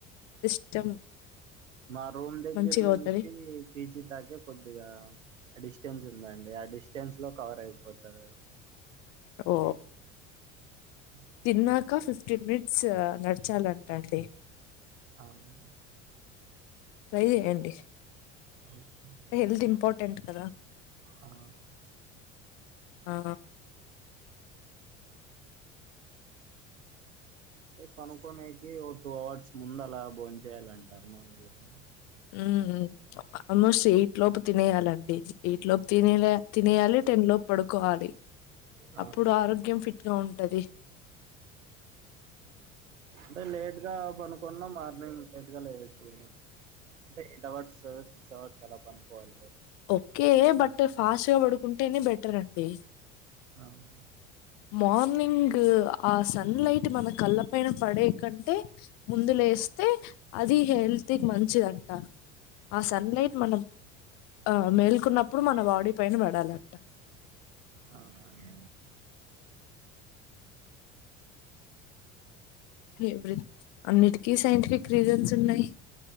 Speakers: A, on the left; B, on the right.
A: సిస్టమ్
B: మా రూమ్ దగ్గర
A: మంచిగా
B: నుంచి
A: అవుతది
B: పీజీ దాకే కొద్దిగా ఆ డిస్టెన్స్ ఉందండి ఆ డిస్టెన్స్ లో కవర్ అయిపోతుంది అది
A: ఓ
B: అ
A: తిన్నాక ఫిఫ్టీన్ మినిట్స్ నడిచాలంట అండి
B: అవును
A: ట్రై చేయండి
B: ఓకే అండి.
A: హెల్త్ ఇంపార్టెంట్ కదా
B: ఆ!
A: ఆ
B: పనుకోనేకి ఓ టూ అవర్స్ ముందు అలా భోన్ చేయాలంటారు మామూలుగా
A: మ్ మ్ ఆల్మోస్ట్ ఎయిట్ లోపు తినేయాలండి ఎయిట్ లోపు తినే తినేయాలి టెన్ లోపు పడుకోవాలి
B: ఆ!
A: అప్పుడు ఆరోగ్యం ఫిట్ గా ఉంటది
B: అంటే లేట్ గా పనుకున్నా మార్నింగ్ లేట్ గా లేవచ్చు ఎయిట్ అవర్స్ సిక్స్ అవర్స్ అలా పనుకోవాలి
A: ఓకే బట్ ఫాస్ట్ గా పడుకుంటేనే బెటర్ అండి
B: అవును
A: మార్నింగ్ ఆ సన్ లైట్ మన కళ్ళ పైన పడే కంటే ముందు లేస్తే అది హెల్త్ కి మంచిదంట ఆ సన్లైట్ మన ఆ మేల్కున్నప్పుడు మన బాడీ పైన పడాలంట
B: అవునా అండి
A: ఫవరెట్ అన్నిటికీ సైంటిఫిక్ రీజన్స్ ఉన్నాయి